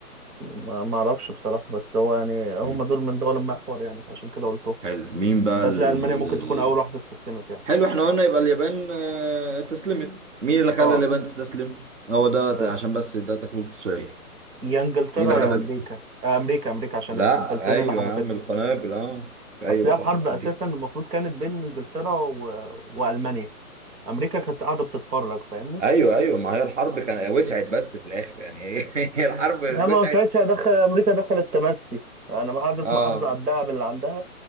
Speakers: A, on the right; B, on the right.
A: ما ما اعرفش بصراحه بس هو يعني
B: مم.
A: هم دول من دول المحور يعني عشان كده قلتهم
B: حلو مين بقى ال...
A: هتلاقي المانيا ممكن
B: ال-
A: تكون اول واحده استسلمت يعني
B: حلو احنا قلنا يبقى اليابان آه، استسلمت مين اللي خلى
A: اه
B: اليابان تستسلم هو ده
A: آه،
B: عشان بس ده تكملة السؤال
A: يا انجلترا
B: مين اللي
A: يا
B: خلى
A: امريكا آه، امريكا امريكا عشان
B: لا
A: القنبلتين
B: ايوه
A: اللي حدفتهم
B: يا عم القنابل اه ايوه
A: اصل هي
B: صح
A: الحرب اساسا
B: امريكا
A: المفروض كانت بين انجلترا و... والمانيا امريكا كانت قاعده بتتفرج فاهمني
B: ايوه ايوه ما هي الحرب كان وسعت بس في الاخر يعني <laughs> هي الحرب
A: انا ما
B: وسعت
A: ساعتها دخل امريكا دخل التمسي انا ما قعدت
B: اه
A: محافظه على الدهب اللي عندها